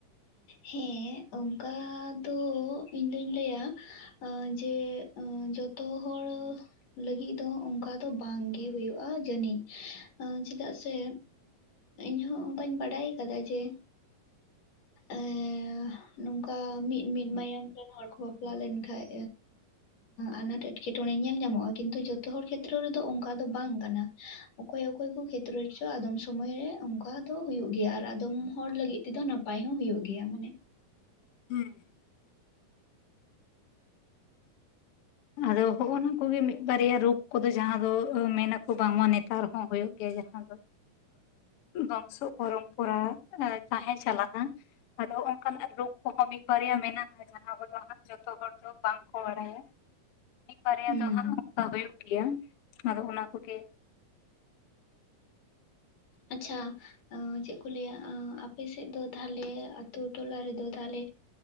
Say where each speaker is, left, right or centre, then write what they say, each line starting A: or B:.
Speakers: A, on the left; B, on the left.
A: ᱦᱮᱸ ᱚᱱᱠᱟ ᱫᱚ ᱤᱧᱫᱩᱧ ᱞᱟᱹᱭᱟ ᱡᱮ ᱡᱚᱛᱚ ᱦᱚᱲ ᱞᱟᱹᱜᱤᱫ ᱫᱚ ᱚᱱᱠᱟ ᱫᱚ ᱵᱟᱝᱜᱮ ᱦᱩᱭᱩᱜᱼᱟ ᱡᱟᱹᱱᱤᱡ ᱪᱮᱫᱟᱜ ᱥᱮ ᱤᱧᱦᱚᱸ ᱚᱱᱠᱟᱧ ᱵᱟᱰᱟᱭ ᱟᱠᱟᱫᱟ ᱡᱮ ᱮ ᱱᱚᱝᱠᱟ ᱢᱤᱫ ᱢᱤᱫᱤᱫ ᱢᱟᱭᱟᱢ ᱨᱮᱱ ᱦᱚᱲ ᱠᱚ ᱵᱟᱯᱞᱟ ᱞᱮᱱᱠᱷᱟᱡ ᱟᱱᱟᱴ ᱮᱸᱴᱠᱮᱴᱚᱬᱮ ᱧᱮᱞ ᱧᱟᱢᱚᱜᱼᱟ ᱠᱤᱱᱛᱩ ᱡᱚᱛᱚ ᱦᱚᱲ ᱠᱷᱮᱛᱨᱚ ᱨᱮᱫᱚ ᱚᱱᱠᱟ ᱫᱚ ᱵᱟᱝ ᱠᱟᱱᱟ ᱚᱠᱚᱭ ᱚᱠᱚᱭ ᱠᱚ ᱠᱷᱮᱛᱨᱮ ᱨᱮᱪᱚ ᱟᱫᱚᱢ ᱥᱚᱢᱚᱭ ᱨᱮ ᱚᱱᱠᱟ ᱫᱚ ᱦᱩᱭᱩᱜ ᱜᱮᱭᱟ ᱟᱨ ᱟᱫᱚᱢ ᱦᱚᱲ ᱞᱟᱹᱜᱤᱫ ᱛᱮᱫᱚ ᱱᱟᱯᱟᱭ ᱦᱚᱸ ᱦᱩᱭᱩᱜ ᱜᱮᱭᱟ ᱢᱟᱱᱮ
B: <unintelligible> ᱟᱫᱚ ᱦᱚᱜᱼᱱᱩᱠᱩ ᱜᱮ ᱢᱤᱫ ᱵᱟᱨᱭᱟ ᱨᱩᱯ ᱠᱚᱫᱚ ᱡᱟᱦᱟᱸ ᱫᱚ ᱢᱮᱱᱟ ᱠᱚ ᱵᱟᱝ ᱢᱟ ᱱᱮᱛᱟᱨ ᱦᱚᱸ ᱦᱩᱭᱩᱜ ᱜᱮᱭᱟ ᱡᱟᱦᱟᱸ ᱫᱚ
A: <inaudible>
B: ᱵᱚᱝᱥᱚ ᱯᱚᱨᱚᱢᱯᱚᱨᱟ ᱛᱟᱦᱮᱸ ᱪᱟᱞᱟᱜᱼᱟ ᱟᱫᱚ ᱚᱱᱠᱟ ᱱᱟᱜ ᱨᱳᱜ ᱠᱚᱦᱚᱸ ᱢᱤᱫ ᱵᱟᱨᱭᱟ ᱢᱮᱱᱟᱜᱼᱟ ᱡᱟᱦᱟᱸ ᱠᱚᱫᱚ ᱦᱟᱸᱜ ᱡᱚᱛᱚ ᱦᱚᱲ ᱫᱚ ᱵᱟᱝ ᱠᱚ ᱵᱟᱰᱟᱭᱟ ᱢᱤᱫ ᱵᱟᱨᱭᱟ
A: ᱦᱩᱸ
B: ᱫᱚ ᱦᱟᱸᱜ ᱚᱱᱠᱟ ᱦᱩᱭᱩᱜ ᱜᱮᱭᱟ ᱟᱫᱚ ᱚᱱᱟ ᱠᱚ ᱜᱮ
A: ᱟᱪᱪᱷᱟ ᱟᱺ ᱪᱮᱫ ᱠᱚ ᱞᱟᱹᱭᱟ ᱟᱺ ᱟᱯᱮ ᱥᱮᱫ ᱫᱚ ᱛᱟᱦᱞᱮ ᱟ ᱟᱹᱛᱩ ᱴᱚᱞᱟ ᱨᱮᱫᱚ ᱛᱟᱦᱞᱮ